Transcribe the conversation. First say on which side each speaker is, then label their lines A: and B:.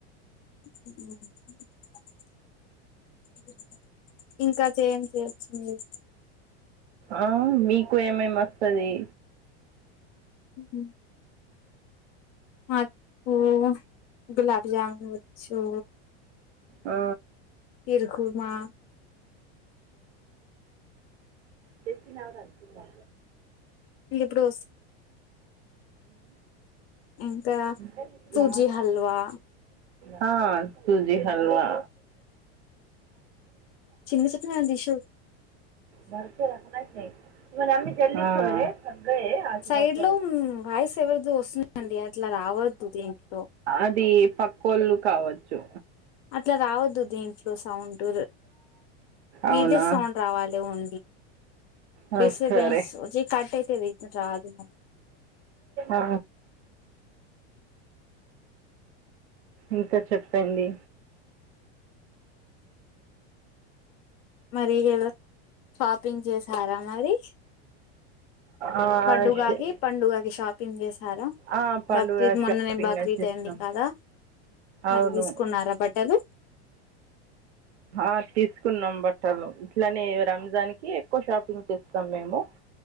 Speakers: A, on the left; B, on the right.
A: <inaudible> ఇంకా చేం చేయొచ్చు మీరు
B: ఆ మీకు ఏమేమి వస్తది
A: <inaudible> నాకు గులాబ్ జామున్ వచ్చు
B: ఆ
A: ఇరుకుుమా
B: తెప్పరు అ
A: ఇప్పుడు ఇంకా
B: అ
A: సూజీ
B: లా
A: హల్వా
B: హా సుజీ హల్వా
A: చిన్న చిట్న దిషూ
B: భర్చ రా కొన్నా మరి అమ్ జల్లీ స ఆసబాటు
A: సైడ్ లో వాయిస్ ఎవరిది వస్తుందండి అట్లా రావద్దు ద ఏంటి
B: అది పక్కళ్ళు కావచ్చు
A: అట్లా రావద్దు దీంట్లో సౌండ్ మీదే
B: అవునా
A: సౌండ్ రావాలి ఉం
B: ఆ,
A: డిస్టర్బెన్స్
B: సరే
A: వచ్చి కట్ అయితే రాదు మ
B: ఆ ఇంకా చెప్పండి
A: మరి షాపింగ్ చేసారా మరి
B: ఆ,
A: పండుగకి
B: ష-
A: పండుగకి షాపింగ్ చేసారా
B: ఆ, పండుగ
A: బక్రీద్ మొన్ననే
B: షాపింగ్
A: బక్రీద్
B: వచ్చేసినాం
A: అడి కాదా
B: అవును
A: మరి తీసుకున్నారా బట్టలు
B: ఆ తీసుకున్నాం బట్టలు ఇట్లానే రంజాన్ కి ఎక్కువ షాపింగ్ చేస్తాం మ